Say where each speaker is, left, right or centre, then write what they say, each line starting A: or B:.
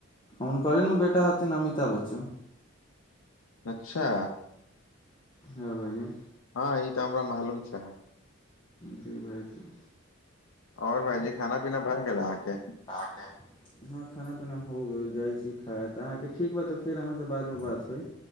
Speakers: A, on the left; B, on the left.
A: हुनकरे ने बेटा हथिन अमिताभ बच्चन
B: अच्छा
A: हँ भाईजी
B: हँ ई तऽ हमरा मालूम छै
A: जी भाईजी
B: और भाईजी खाना पीना भए गेल अहाँके
A: अहाँके हँ खाना पीना हो गेल जाइत छी खाय तऽ अहाँके ठीक बात तऽ फेर अहाँसँ बादमे बात होइ